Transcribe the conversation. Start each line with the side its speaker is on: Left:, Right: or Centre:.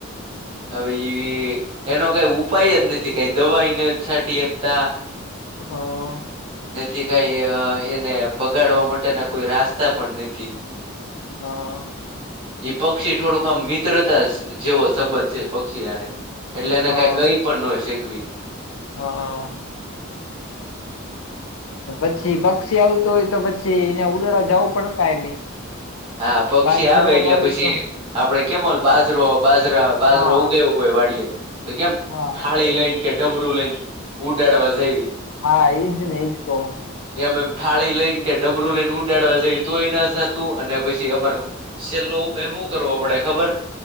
Right: હવે ઈ એનો કાઈ ઉપાય જ નથી, કાંઈ દવા ય નથ છાંટી હકતા.
Left: અ હ.
Right: નથી કઈ અ એને ભગાડવા માટેના કોઈ રાસ્તા પણ નથી.
Left: હા
Right: ઇ પક્ષી થોડુંક આમ મિત્રતા સ જેવો સંબંધ છે ઇ પક્ષી હારે. એટલે એને
Left: હા
Right: કાંઈ કહી પણ નો શકવી.
Left: હા. પણ પછી પક્ષી આવતું હોય તો પછી યાં ઉડાડવા જાવું પડે ને કાયમી.
Right: હા પક્ષી
Left: બાજરો
Right: આવે એટલે
Left: વાવી
Right: પછી
Left: તો
Right: આપડે કેમ ઓલ બાજરો બાજરા બાજરો
Left: હા
Right: ઉગાયવો હોય વાડીએ, તો કેમ
Left: હા
Right: થાળી લઈન કે ડમરુ લઈન ઉડાડવા જઇવી.
Left: હા ઇ જ ને, ઇ જ કહું હું.
Right: જેમે મ થાળી લઈન કે ડમરું લઈન ઉડાડવા જઈ તોય ના જાતુ અને પછી અમારે છેલ્લો ઉપાય હું કરવો પડે ખબર?